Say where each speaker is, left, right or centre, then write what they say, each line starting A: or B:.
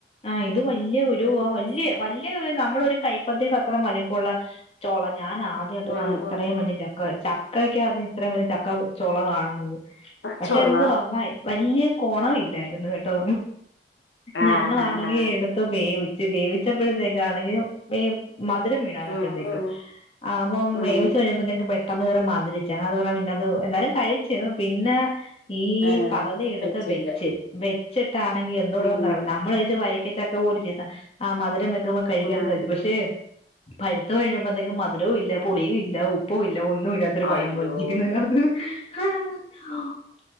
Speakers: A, on the left; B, on the left.
A: ആഹ് ഇത് വല്യെ കുരുവാ
B: ഉം,
A: ആഹ് വല്ല്യേ. വല്യെ ഒര് നമ്മടെ ഒരു കൈപ്പതിയുടെ അത്രോം വലിപ്പുള്ള ചൊള ഞാൻ ആദ്യമായിട്ട്
B: ഉം,
A: കാണ് ക ഇത്ര
B: ഉം.
A: ഇത്രയും വലിയ ചക്ക ചക്കയ്ക്കകത്ത് ഇത്രയും വലിയ ചക്ക ചൊള കാണുന്നത്.
B: ആ,
A: പക്ഷെ
B: ചോള
A: എന്തുവാ വല്യ കോണവില്ലായിരുന്നു കെട്ടോ.
B: ആ
A: ഞങ്ങളാണെങ്കി
B: ഹാ ഹാ
A: എടുത്ത് വേവിച്ച് വേവിച്ചപ്പോഴത്തേക്കാണെങ്കി വേ മധുരം വീണാന്ന് അപ്പഴത്തേക്ക്.
B: ഉം, ഉം,
A: ആഹ് അപ്പം
B: ഉം.
A: വേവിച്ച് കഴിഞ്ഞപ്പോത്തേക്ക് പെട്ടെന്ന് കേയറി മതിരിച് അങ്ങന അത് പറ പിന്നെത് എന്തായാലും കഴിച് പിന്നെ. ഈ
B: ആ,
A: പകുതിയെടുത്ത്
B: വെച്ചില്ല
A: വെച്ച് വെച്ചിട്ടാണെങ്കി എന്തുടെവന്ന്
B: ഉം,
A: <unintelligible> നമ്മള് വ്ച്ച് വരിക്കച ചക്ക പോലിരിക്കുംന്ന് ആഹ് മധുരംവെക്കുമ്പ കഴിക്കാമെന്ന്
B: ആ.
A: വെച്ചു പക്ഷേ. പഴുത്ത് കഴിഞ്ഞപ്പോഴത്തേക്കും മധുരഇല്ല പുളിയും ഇല്ല ഉപ്പും ഇല്ല ഒന്നു ഇല്ല. ഇതൊര്
B: അയ്യോ
A: പഴം പോലെ ഇരിക്കുന്ന്. <unintelligible>